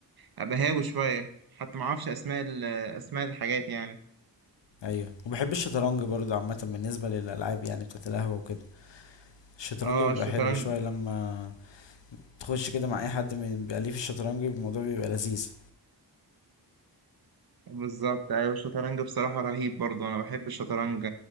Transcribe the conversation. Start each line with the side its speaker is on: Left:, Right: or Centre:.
Right: ابقى هاوي شويه حتى ما اعرفش اسماء ال- اسماء الحاجات يعني
Left: ايوه وبحب الشطرنج برضو عامة بالنسبة للألعاب يعني بتاعت القهوة وكده الشطرنج
Right: اه
Left: بيبقى
Right: الشطرنج
Left: حلو شوية لما تخش كده مع اي حد من بيبقى ليه في الشطرنج الموضوع بيبقى لذيذ
Right: بالظبط ايوه الشطرنج بصراحه رهيب برضو انا بحب الشطرنج